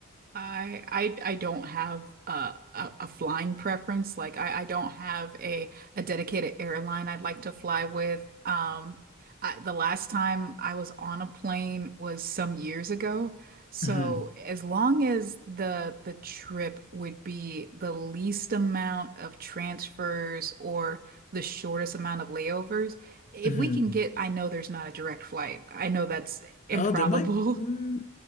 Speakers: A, on the right; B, on the left.
A: I I I don't have a, a a flying preference. Like I I don't have a a dedicated airline I'd like to fly with. Um, I, the last time I was on a plane was some years ago. So
B: hmm
A: as long as the the trip would be the least amount of transfers or the shortest amount of layovers, if
B: hmm
A: we can get, I know there's not a direct flight. I know that's improbable.
B: Oh, there might mm,